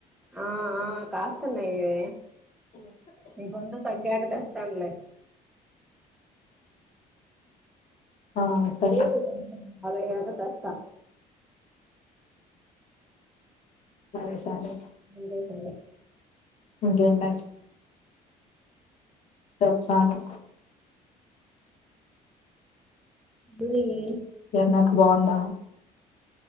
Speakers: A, in the centre; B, on the left (about 45°).
A: ఆ ఆ కాస్తున్నయే నీ గొంతు తగ్గాక చేస్తానులే
B: ఆ సరే
A: లేే కొంచెం బాగు అయాక తెస్తా
B: <inaudible>
A: ఇడే <inaudible>
B: ఇంకేం <inaudible> చెప్పాలి
A: గుడిని
B: కిరణక్క బావుందా